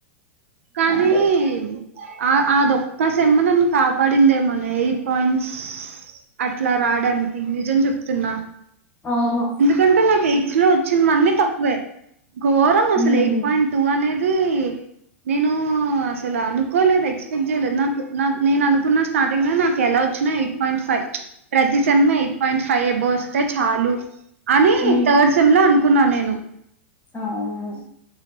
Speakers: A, on the right; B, on the left.
A: కానీమ్
B: అదే
A: ఆ అదొక్క సెమ్మే నన్ను కాపాడిందేమోనే ఎయిట్ పాయింట్స్ అట్లా రాడాన్కి నిజం చెప్తున్నా
B: ఆహా
A: దంటే నాకి ఎయిట్స్ లో వొచ్చిన్ న్వన్నీ అ తక్క్వే ఘోరం
B: ఉమ్.
A: అసలు ఎయిట్ పాయిన్ టూ అనేదీ నేనూ అసలు అనుకోలేదు ఎక్స్పెక్ట్ జేయ్ లేదు నాకు నాక్ నేననుకున్న స్టార్టింగ్లా నాకెలా వొచ్చిన ఎ పాయింట్ ఫై ప్రతి సెమ్మే ఎయిట్ పాయింట్ ఫై అబో వొస్తే చాలు అని
B: ఊ
A: థర్డ్ సెమ్ ల్లో అనుకున్నా నేను
B: అవ్వునూ